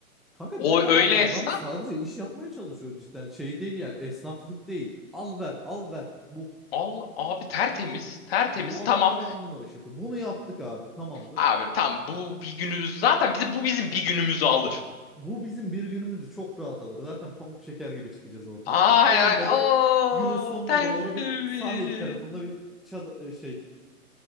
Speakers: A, in the centre; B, on the left.
A: Kanka
B: O
A: direkt adam
B: öyle
A: adam
B: esnaf.
A: sadece iş yapmaya çalışıyor cidden. Şey değil yani esnaflık değil. Al ver al ver bu.
B: Allah abi tertemiz. Tertemiz.
A: Bu
B: Tamam.
A: adamlar on numara iş yapıyor. Bunu yaptık abi tamamdır.
B: Abi tamam bu bir günümüz zaten bizi bu bizim bir günümüzü alır.
A: Bu bizim bir günümüzü çok rahat alır. Zaten pamuk şeker gibi çıkacağız orada.
B: Ay
A: Olmadı
B: ay. Oo
A: günün sonuna
B: tertemiz.
A: doğru bir sahil tarafında bir çad e, şey